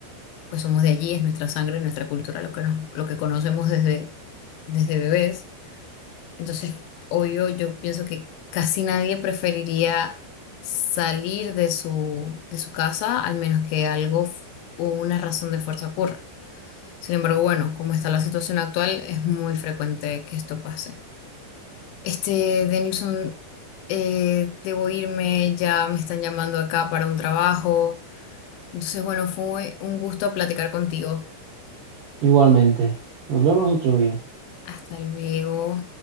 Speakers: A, on the left; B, on the right.
A: pues somos de allí, es nuestra sangre, nuestra cultura, lo que nos, lo que conocemos desde, desde bebés. Entonces, obvio, yo pienso que casi nadie preferiría salir de su, de su casa, al menos que algo f- o una razón de fuerza ocurra. Sin embargo, bueno, como está la situación actual, es muy frecuente que esto pase. Este, Denilson, eh, debo irme, ya me están llamando acá para un trabajo. Entonces, bueno, fue un gusto platicar contigo.
B: Igualmente. Nos vemos otro día.
A: Hasta luego.